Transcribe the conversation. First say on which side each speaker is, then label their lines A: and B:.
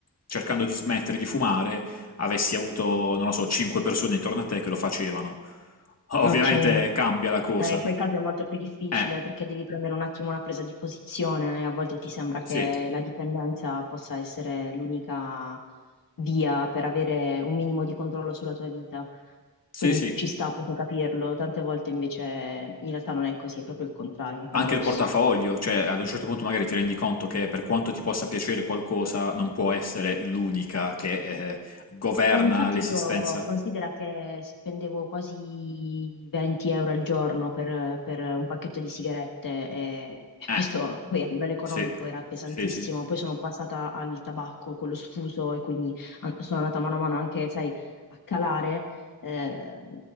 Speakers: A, on the left; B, on the left.
A: cercando di smettere di fumare, avessi avuto, non lo so, 5 persone intorno a te che lo facevano. Ovviamente
B: Ok. Eh,
A: cambia la cosa.
B: in quel caso è molto più difficile
A: Eh,
B: perché devi prendere un attimo una presa di posizione e a volte ti sembra che
A: sì,
B: la dipendenza possa essere l'unica via per avere un minimo di controllo sulla tua vita.
A: sì,
B: Quindi
A: sì,
B: ci sta, posso capirlo. Tante volte invece in realtà non è così, è proprio il contrario, è un paradosso.
A: anche il portafoglio, cioè ad un certo punto magari ti rendi conto che per quanto ti possa piacere qualcosa, non può essere l'unica che eh, governa
B: Eh, infatti
A: l'esistenza.
B: io considero che spendevo quasi 20 euro al giorno per, per un pacchetto di sigarette e, e questo
A: Eh,
B: poi a livello economico
A: sì,
B: era pesantissimo.
A: sì, sì.
B: Poi sono passata al tabacco, quello sfuso, e quindi an- sono andata mano a mano anche, sai, a calare eh,